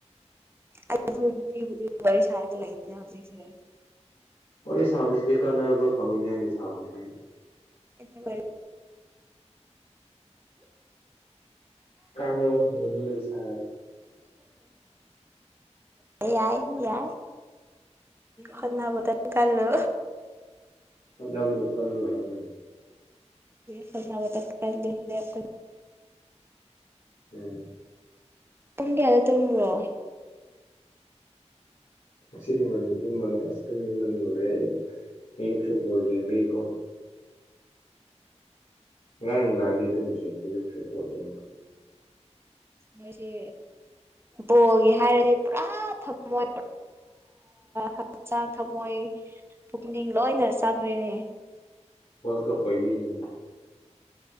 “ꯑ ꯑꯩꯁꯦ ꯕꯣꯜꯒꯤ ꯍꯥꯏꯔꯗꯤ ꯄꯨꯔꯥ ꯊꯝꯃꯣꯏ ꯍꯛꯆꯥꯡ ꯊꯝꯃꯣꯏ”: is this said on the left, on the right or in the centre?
Right